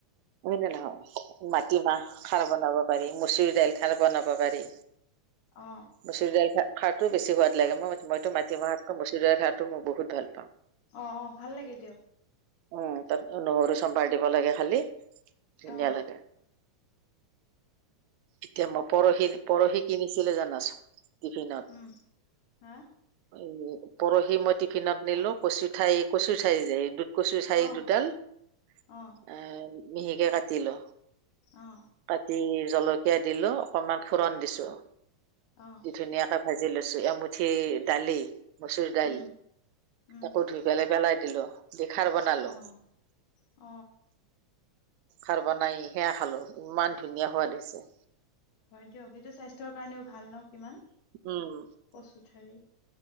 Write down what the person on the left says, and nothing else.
অ
অহ অহ‌ ভাল লাগে দিয়ক
অ
উম হা
অ
অ
অ
অ
উম উম
অ অ
হয় দিয়ক সেইটো স্বাস্থ্যৰ কাৰণেও ভাল ন কিমান
কচু ঠাৰি